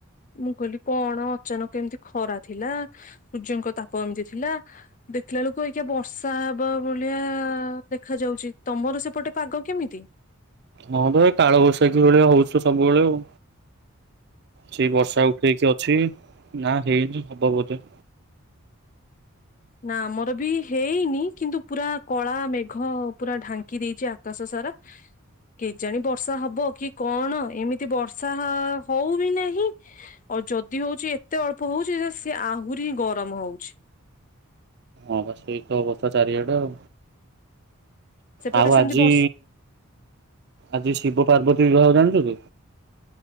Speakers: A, on the left; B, on the right.
A: ମୁଁ କହିଲି କଣ ଅଚାନକ ଏମିତି ଖରା ଥିଲା ସୂର୍ଯ୍ୟଙ୍କ ତାପ ଏମିତି ଥିଲା ଦେଖିଲା ବେଳକୁ ଅଇକା ଯୋଉ ବର୍ଷା ହେବା ଭଳିଆ ଦେଖା ଯାଉଛି। ତମର ସେପଟେ ପାଗ କେମିତି?
B: ହଁ ତ ଏଇ କାଳବୈଶାଖୀ ଭଳିଆ ହଉଛି ସବୁବେଳେ ଆଉ। ଛି ବର୍ଷା ଉଠେଇକି ଅଛି, ନା ହେଇନି ହବ ବୋଧେ।
A: ନା ଆମର ବି ହେଇନି କିନ୍ତୁ ପୁରା କଳା ମେଘ ପୁରା ଢାଙ୍କି ଦେଇଛି ଆକାଶ ସାରା। କେଜାଣି ବର୍ଷା ହବ କି କଣ, ଏମିତି ବର୍ଷା ହଉ ବି ନାହିଁ। ଆଉ, ଯଦି ହଉଛି ଏତେ ଅଳ୍ପ ହଉଛି ଯେ ସିଏ ଆହୁରି ଗରମ ହଉଛି।
B: ହ ସେଇତ ଅବସ୍ଥା ଚାରିଆଡେ ଆଉ।
A: ସେପଟେ
B: ଆଉ
A: ସେମିତି
B: ଆଜି
A: ବର୍ଷ
B: ଆଜି ଶିବ ପାର୍ବତୀ ବିିବାହ ଜାଣି <inaudible>